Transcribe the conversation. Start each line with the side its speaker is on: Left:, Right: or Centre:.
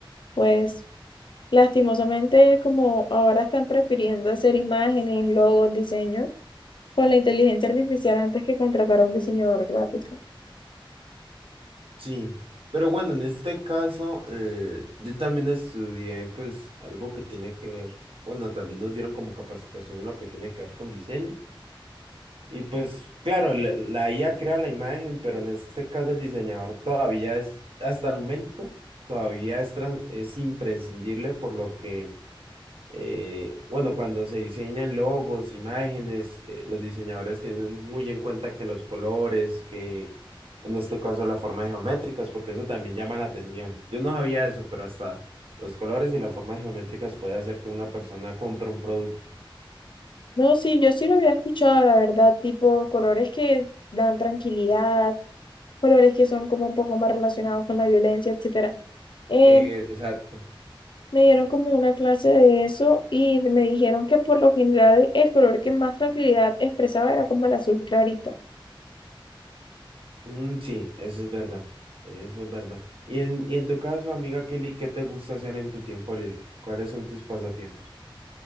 Left: pues lastimosamente como ahora están prefiriendo hacer imágenes, logos, diseños con la inteligencia artificial antes que contratar a un diseñador gráfico.
Right: Sí, pero bueno, en este caso eh, yo también estudié pues algo que tiene que ver, bueno, también nos dieron como capacitación en lo que tiene que ver con diseño. Y pues, claro, la, la IA crea la imagen, pero en este caso el diseñador todavía es, hasta el momento, todavía es, tran- es imprescindible por lo que, eh, bueno, cuando se diseñan logos, imágenes, eh, los diseñadores tienen muy en cuenta que los colores, que en este caso las formas geométricas, porque eso también llama la atención. Yo no sabía eso, pero hasta los colores y las formas geométricas puede hacer que una persona compre un producto.
Left: No, sí, yo sí lo había escuchado, la verdad, tipo colores que dan tranquilidad, colores que son como un poco más relacionados con la violencia, etcétera. Eh,
Right: Eh, exacto.
Left: Me dieron como una clase de eso y me dijeron que por lo general el color que más tranquilidad expresaba era como el azul clarito.
Right: Mm, sí, eso es verdad. Eso es verdad. Y en, y en tu caso, amiga Kelly, ¿qué te gusta hacer en tu tiempo libre? ¿Cuáles son tus pasatiempos?